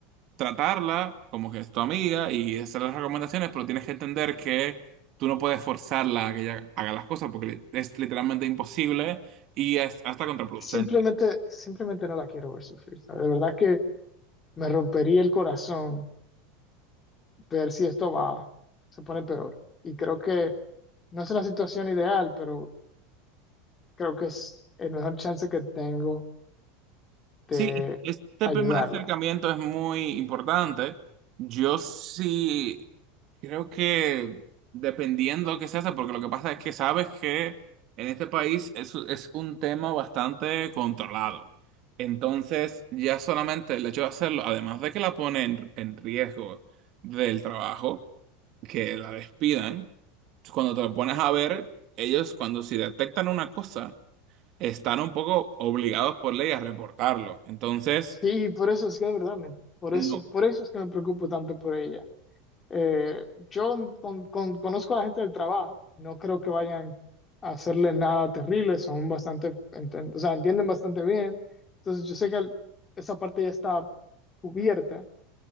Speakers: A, on the right; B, on the left.
A: tratarla como que es tu amiga y hacer las recomendaciones, pero tienes que entender que tú no puedes forzarla a que ella haga las cosas porque es literalmente imposible y es hasta contraproducente.
B: Simplemente, simplemente no la quiero ver sufrir, ¿sabes? De verdad que me rompería el corazón ver si esto va, se pone peor. Y creo que no es una situación ideal, pero creo que es el mejor chance que tengo de
A: Sí, este
B: ayudarla.
A: primer acercamiento es muy importante. Yo sí creo que dependiendo qué se hace, porque lo que pasa es que sabes que en este país es, es un tema bastante controlado. Entonces, ya solamente el hecho de hacerlo, además de que la pone en, en riesgo del trabajo, que la despidan, cuando te lo pones a ver, ellos cuando si detectan una cosa están un poco obligados por ley a reportarlo. Entonces,
B: Sí, por eso es que de verdad, me- por
A: no.
B: eso, por eso es que me preocupo tanto por ella. Eh, yo con- con- conozco a la gente del trabajo, no creo que vayan a hacerle nada terrible, son bastante, enten- o sea, entienden bastante bien. Entonces yo sé que el- esa parte ya está cubierta,